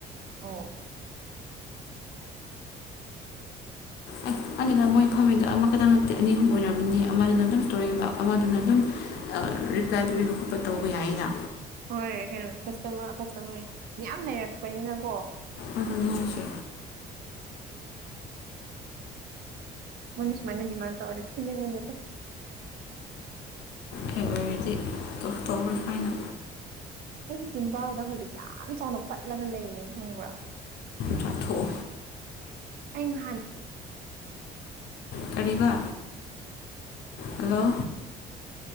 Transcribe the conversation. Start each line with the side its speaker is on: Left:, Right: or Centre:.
Right: ꯑꯥꯎ
Left: ꯑꯦ ꯑꯗꯨꯗ ꯃꯣꯏ ꯐꯝꯃꯤꯗꯨ ꯑꯃꯈꯛꯇꯪ ꯅꯠꯇꯦ ꯑꯅꯤ ꯑꯍꯨꯝ ꯑꯣꯏꯔꯝꯅꯤ ꯑꯃꯗꯨꯅ ꯑꯗꯨꯝ ꯇꯣꯔꯦꯟꯕ ꯑꯃꯗꯨꯅ ꯑꯗꯨꯝ ꯔꯤꯄ꯭ꯂꯥꯏ ꯄꯤꯕꯤꯕ ꯈꯣꯠꯄ ꯇꯧꯕ ꯌꯥꯏꯅ
Right: ꯍꯣꯏ ꯀꯩꯅꯣ ꯀꯁꯇꯃꯔ ꯀꯁꯇꯃꯔ ꯌꯥꯝ ꯂꯩꯔꯛꯄꯅꯤꯅꯀꯣ
Left: ꯑꯗꯨꯅꯦ ꯍꯥꯏꯁꯦ
Right: ꯃꯣꯏꯅ ꯁꯨꯃꯥꯏ ꯗꯤꯃꯥꯟ ꯇꯧꯔꯗꯤ ꯐꯨꯅꯤꯡꯅꯤꯗ
Left: ꯍꯥꯏꯕꯔꯗꯤ ꯇꯧꯔ ꯐꯥꯏꯅ
Right: ꯑꯩꯗꯤ ꯆꯤꯝꯕꯥꯜꯗ ꯍꯧꯖꯤꯛ ꯌꯥꯝ ꯆꯥꯎꯅ ꯄꯠꯂꯒ ꯂꯩꯌꯦ ꯈꯪꯕ꯭ꯔꯥ
Left: ꯆꯥꯊꯣꯛꯑꯣ
Right: ꯑꯩ ꯍ
Left: ꯀꯔꯤꯕ ꯍꯜꯂꯣ